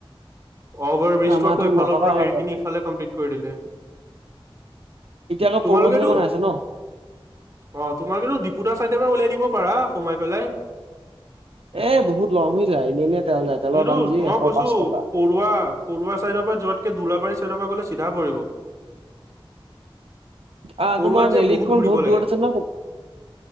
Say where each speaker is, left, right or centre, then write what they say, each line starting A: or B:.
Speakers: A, on the right (about 35°); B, on the right (about 80°).
A: অভাৰ ব্ৰিজটো
B: আমাৰতো
A: আকৌ ইফালৰ
B: নথকা
A: পৰা
B: হয়
A: হেৰি
B: ঘৰতে
A: খিনি ইফালে কমপ্লিট কৰি দিলে।
B: এতিয়া আকৌ
A: তোমালোকেতো,
B: পৰুৱা ফালে বনাই আছে ন
A: অ, তোমালোকেতো ডিপুতা চাইডৰ পৰা উলাই দিব পাৰা, সোমাই পেলাই।
B: এ বহুত লং হৈ যায়, এনেই এনে তেল যায় তেলৰ
A: কিন্তু
B: দাম যি
A: মই
B: এশ
A: কৈছো
B: পাঁচ টকা
A: পৰুৱা পৰুৱা চাইডৰ পৰা যোৱাতকে ধোলাবাৰী চাইডৰ পৰা গলে চিধা পৰিব।
B: আহ,
A: পৰুৱাত
B: তোমাৰ
A: যে
B: নেলিখন
A: ঘূৰিব
B: বহুত
A: লাগে
B: দূৰত আছে ন'